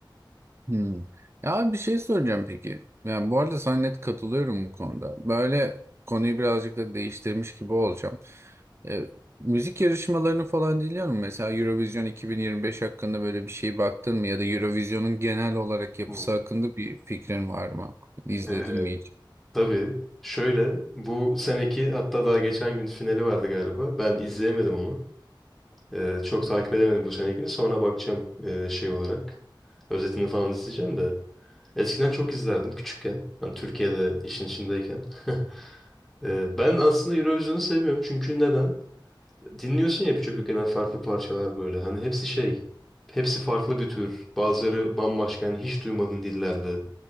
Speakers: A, on the right; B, in the centre.
A: Hmm. Ya abi bir şey soracağım peki. Yani bu arada sana net katılıyorum bu konuda. Böyle konuyu birazcık da değiştirmiş gibi olacağım. E, müzik yarışmalarını falan dinliyor musun? Mesela Eurovision 2025 hakkında böyle bir şey baktın mı? Ya da Eurovision'un genel olarak yapısı
B: Hı.
A: hakkında bir fikrin var mı? İzledin
B: Ee,
A: mi hiç?
B: tabii şöyle bu seneki hatta daha geçen gün finali vardı galiba. Ben izleyemedim onu. Ee, çok takip edemedim bu senekini. Sonra bakacağım e, şey olarak. Özetini falan izleyeceğim de. Eskiden çok izlerdim küçükken. Hani Türkiye'de işin içindeyken. <laughs> Ee, ben aslında Eurovision'u seviyorum. Çünkü neden? Dinliyorsun ya birçok ülkeden farklı parçalar böyle. Hani hepsi şey. Hepsi farklı bir tür. Bazıları bambaşka. Yani hiç duymadığın dillerde.